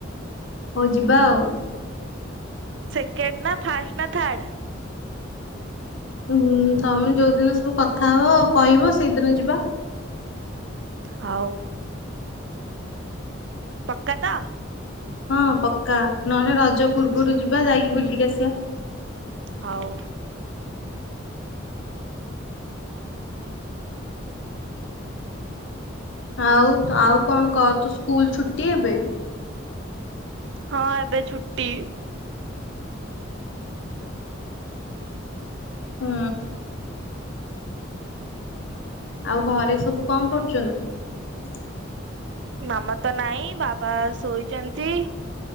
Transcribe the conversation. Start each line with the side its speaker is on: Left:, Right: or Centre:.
Left: ହଉ ଯିବା ଆଉ।
Right: ସେକେଣ୍ଡ ନା ଫାଷ୍ଟ ନା ଥାର୍ଡ।
Left: ହୁଁ ତୋମେ ଯୋଉଦିନ ସବୁ କଥା ହବ କହିବ ସେଇଦିନ ଯିବା।
Right: ହଉ। ପକା ତ।
Left: ହଁ ପକ୍କା ନହେଲେ ରଜ ପୂର୍ବରୁ ଯିବା ଯାଇକି ବୁଲିକି ଆସିବା।
Right: ହଉ
Left: ଆଉ ଆଉ କଣ କ ତୁ ସ୍କୁଲ୍ ଛୁଟି ଏବେ?
Right: ହଁ ଏବେ ଛୁଟି।
Left: ହୁଁ। ଆଉ ଘରେ ସବୁ କଣ କରୁଛନ୍
Right: ମାମା ତ ନାଇଁ ବାବା ଶୋଇଚନ୍ତି